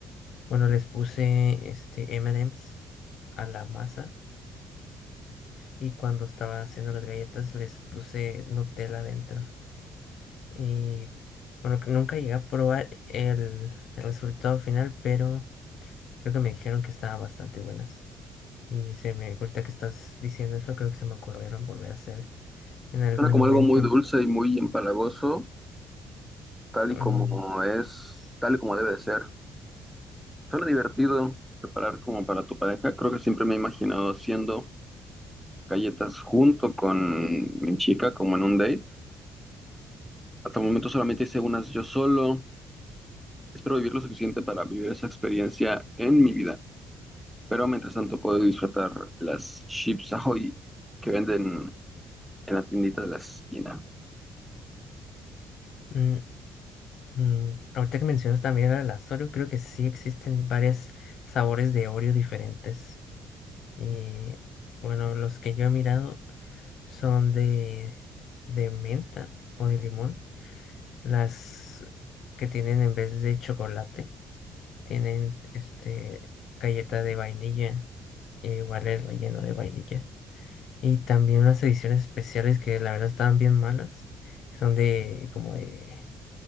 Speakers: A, on the left (about 70°); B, in the centre.
A: bueno, les puse este M&M's a la masa y cuando estaba haciendo las galletas les puse Nutella dentro. Y bueno, que nunca llegué a probar el, el resultado final, pero creo que me dijeron que estaban bastante buenas. Y se me, ahorita que estás diciendo eso, creo que se me ocurrieron volver a hacer en algún
B: Suena como
A: momento.
B: algo muy dulce y muy empalagoso, tal
A: mm,
B: y como es, tal y como debe de ser. Suena divertido preparar como para tu pareja. Creo que siempre me he imaginado haciendo galletas junto con mi chica, como en un date. Hasta el momento solamente hice unas yo solo. Espero vivir lo suficiente para vivir esa experiencia en mi vida. Pero mientras tanto puedo disfrutar las chips Ahoy que venden en la tiendita de la esquina.
A: Mm, mm, Ahorita que mencionas también el Oreo, creo que sí existen varios sabores de Oreo diferentes. Y bueno, los que yo he mirado son de, de menta o de limón. Las que tienen en vez de chocolate, tienen este galleta de vainilla. e igual es relleno de vainilla. Y también unas ediciones especiales que la verdad estaban bien malas. que Son de como de